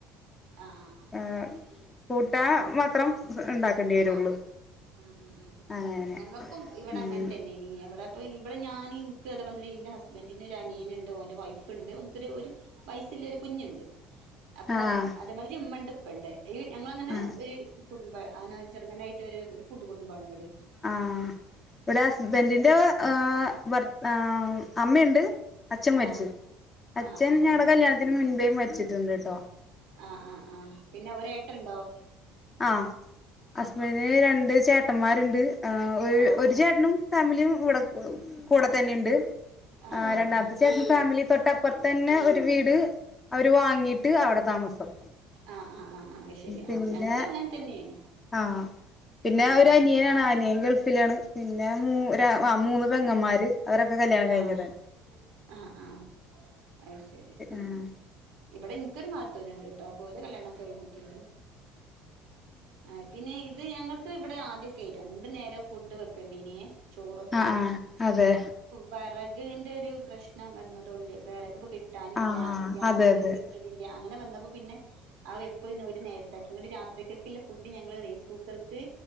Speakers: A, on the right; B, on the left.
A: ആഹ് ആഹ്
B: ആ കൂട്ടാ മാത്രം ഉണ്ടാക്കേണ്ടി വരുള്ളൂ
A: ആ ഉം ഉം ഉം
B: അങ്ങനെ
A: ഞങ്ങൾക്കും ഇവടെ
B: ഉം
A: അങ്ങനെ തന്നെ നീ ഇവടെ അപ്പൊ ഇവടെ ഞാനിൻക്ക് അതെമാതിരി ഇന്റെ ഹസ്ബന്റ്റ്ന് ഒരനിയന് ഇണ്ട് ഓന്റെ വൈഫ് ഇണ്ട് ഓൻക്കൊരു ഒരു വയ് ലൊരു കുഞ്ഞ്ണ്ട് അപ്പം
B: ആഹ്
A: അതേമാതിരി ഇമ്മണ്ട് ഇപ്പണ്ട് ഈ ഞങ്ങളങ്ങനെ
B: ആഹ്
A: ഒരു കുടുംബ അങ്ങനെ ചെറുങ്ങനായിട്ട് വ ഒരു കൂട്ടുക കുടുംബാണ് ഇവിടെ
B: ആ ഇവിടെ ഹസ്ബൻറിന്റെ ആർ അമ്മയുണ്ട് അച്ഛൻ മരിച്ചത്
A: ആഹ്
B: അച്ഛൻ
A: ആഹ് ആഹ്
B: ഞങ്ങളുടെ
A: ആഹ്
B: കല്യാണത്തിന് മുൻപേ മരിച്ചിട്ടുണ്ട് കേട്ടോ
A: ആഹ് ആഹ ആഹ് പിന്നെ ഒ ഏട്ട ഉണ്ടോ
B: ആഹ അസ്ബന്റിന് രണ്ട് ചേട്ടന്മാരുണ്ട് ആ ഒരു
A: ആഹ്
B: ഒരു
A: ആഹ്
B: ചേട്ടനും ഫാമിലിയും ഇവിടെ കൂടെ തന്നെുണ്ട്
A: ആഹ്
B: ആ
A: ആഹ്
B: രണ്ടാമത്തെ
A: ആഹ്
B: ചേട്ടൻ ഫാമിലി തൊട്ട്പ്പുറത്ത തന്നെ ഒരു വീട് അവര് വാങ്ങിട്ട് ട്ട് അവിടെ താമസം
A: ആഹ് ആഹ് ആഹ് ആഹ് ശരി
B: പിന്നെ
A: ആഹ് ഞങ്ങളതും അങ്ങനെ തന്നെയാണ്
B: ആഹ പിന്നെ
A: ഉം
B: ഒരു അനിയനാണ്ന പിന്നെ ഗൾഫിലാണ് പിന്നെ മ മൂന്ന് പെങ്ങമാര് അവരൊക്കെ കല്യാണം കഴിഞ്ഞതാണ്
A: ആഹ് ആഹ് ആഹ അ ശരി ഉം
B: ആഹ്
A: ഇവിടെ നിനിക്കൊരു മഹത്വനുണ്ട് കേട്ടോ അപ്പൊ ഒരു കല്യാണം കഴിഞ്ഞിട്ടുണ്ട് ആ പിന്നെ അത് ഞങ്ങൾക്ക് ഇവിടെ ആദ്യൊക്കെ ആയി രണ്ടു നേരം ഫുഡ് വെക്കണ്ടണ്ട് ഇനിയേ ചോറൊക്കെ
B: ആഹ് ആഹ് ആഹ്
A: ആയി
B: ആഹ് അതെ
A: വിറകിന്റെ ഒരു പ്രശ്നം വന്നതുകൊണ്ട് വിറക് പ്പൊ കി കിട്ടാനില്ല
B: ആഹ്
A: ഗ്യാസ്
B: അതെ അതെ
A: കിട്ടണില്ല അങ്ങനെ വന്നപ്പോ പിന്നെ അവ എപ്പ ഇന്നര് നേരത്താക്കി ഇങ്ങട്ട് രാത്ക്കൊക്കെള്ള ഫുഡ് ഞങ്ങള് റൈസ് കുക്കർക്ക്